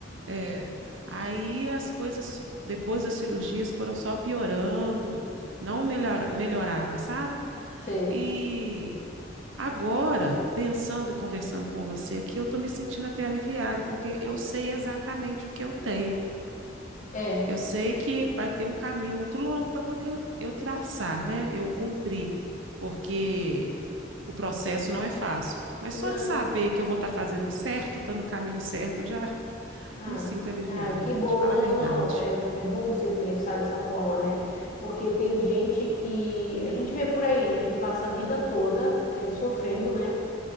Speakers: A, on the right; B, on the left.
A: é. Aí as coisas, depois das cirurgias, foram só piorando, não melhora, melhorava, sabe?
B: Sei.
A: E. Agora, pensando e conversando com você aqui, eu estou me sentindo até aliviada, porque eu sei exatamente o que eu tenho.
B: É,
A: Eu sei que vai ter um caminho muito longo para poder eu, eu traçar, né? Eu cumprir, porque o processo não é fácil. Mas
B: não.
A: só de saber que eu vou estar fazendo certo, estar no caminho certo, já <laughs>
B: Ah,
A: me sinto aliviada,
B: ai, que
A: para
B: bom.
A: te falar
B: Não,
A: a verdade.
B: não, é, é bom você pensar dessa forma, né? Porque tem gente que a gente vê por aí, né, que passa a vida toda eh, sofrendo, né,